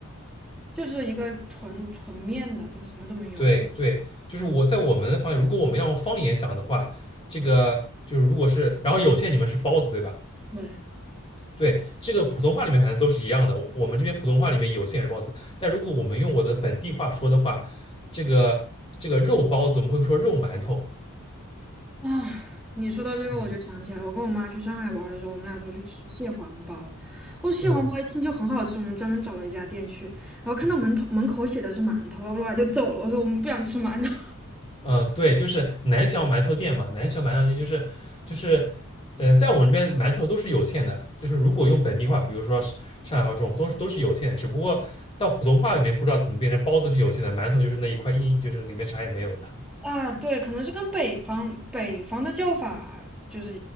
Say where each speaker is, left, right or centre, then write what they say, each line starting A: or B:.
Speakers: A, in the centre; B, on the left.
A: 就是一个纯纯面的，就什么都没有。
B: 对对，就是我在我们的方言，如果我们要用方言讲的话，这个就是如果是，然后有线你们是包子对吧？
A: 对。
B: 对，这个普通话里面反正都是一样的，我们这边普通话里面有线也是包子，但如果我们用我的本地话说的话，这个这个肉包子我们会说肉馒头，
A: 啊，你说到这个，
B: 嗯
A: 我就想起来，我跟我妈去上海玩的时候，我们俩说去吃蟹黄包。哦，蟹黄包一听就很好吃，
B: 嗯。
A: 我们专门找了一家店去，然后看到门头门口写的是馒头，
B: 嗯。
A: 哇哇就走了。我说我们不想吃馒头
B: 呃，对，就是南翔馒头店嘛，南翔馒头店就是就是，呃，在我们这边馒头都是有限的，就是如果用本地话，比如说上海话这种，都是都是有限的只不过到普通话里面不知道怎么变成包子是有限的，馒头就是那一块硬，就是里面啥也没有的，
A: <laughs> 啊，对，可能是跟北方北方的叫法就是